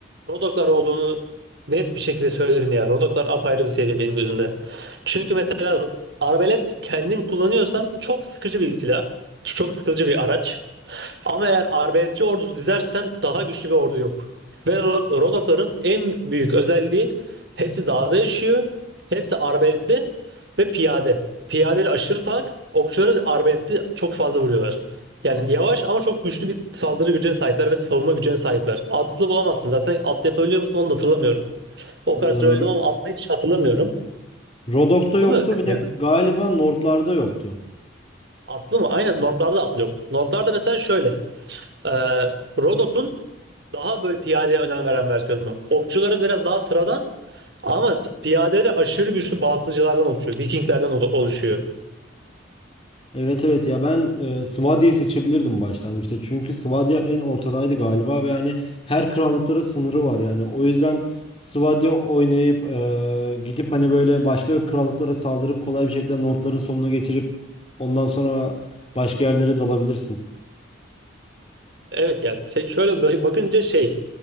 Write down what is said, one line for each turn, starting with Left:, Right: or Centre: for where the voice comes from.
Right: Rodoklar olduğunu net bir şekilde söylerim ya. Rodoklar apayrı bir seviye benim gözümde. Çünkü mesela arbelet kendin kullanıyorsan çok sıkıcı bir silah. Çok sıkıcı bir araç. Ama eğer arbeletçi ordusu dizersen daha güçlü bir ordu yok. Ve Rodok- Rodokların en büyük özelliği hepsi dağda yaşıyor. Hepsi arbeletli ve piyade. Piyadeleri aşırı tank. Okçuları arbaletli çok fazla vuruyorlar. Yani yavaş ama çok güçlü bir saldırı gücüne sahipler ve savunma gücüne sahipler. Atlı bulamazsın. Zaten atlı yapabiliyor musun onu da hatırlamıyorum. O
Left: E,
Right: kadar süre oynadım
Left: Ro-
Right: ama atlı hiç hatırlamıyorum.
Left: Rodok'ta
Right: Yapılmıyor
Left: yoktu
Right: değil
Left: bir
Right: mi
Left: de
Right: ya?
Left: galiba Nord'larda yoktu.
Right: Atlı mı? Aynen Nordlarda atlı yok. Nordlarda mesela şöyle. E, Rodok'un daha böyle piyadeye önem veren versiyonu. Okçuların biraz daha sıradan ama piyadeleri aşırı güçlü baltacılardan oluşuyor. Vikinglerden oluşuyor.
Left: Evet evet ya ben e, Swadia'yı seçebilirdim başlangıçta. Çünkü Swadia en ortadaydı galiba ve yani her krallıklara sınırı var yani. O yüzden Swadia oynayıp e, gidip hani böyle başka krallıklara saldırıp kolay bir şekilde Nordların sonuna getirip ondan sonra başka yerlere dalabilirsin.
Right: Evet ya şey- şöyle böyle bakınca şey